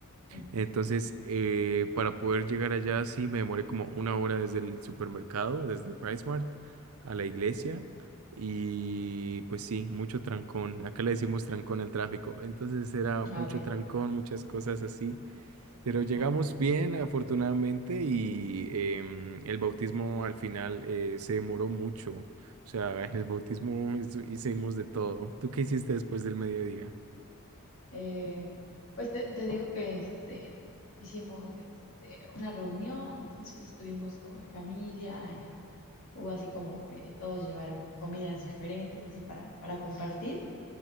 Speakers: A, on the left (about 70°); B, on the right (about 80°).
A: Ujú.
B: Entonces, eh, para poder llegar allá, sí, me demoré como una hora desde el supermercado, desde el Price Mart a la iglesia. Y pues sí, mucho trancón. Acá le decimos trancón al tráfico. Entonces era mucho
A: Ah, ok.
B: trancón, muchas cosas así. Pero
A: Ajá.
B: llegamos bien, afortunadamente, y em, el bautismo al final eh, se demoró mucho. O sea, en el bautismo hizo- hicimos de todo. ¿Tú qué hiciste después del mediodía?
A: Eh, pues te, te digo que este, hicimos este, una reunión, entonces estuvimos como en familia, eh, hubo así como que todos llevaron comidas diferentes, así para, para compartir.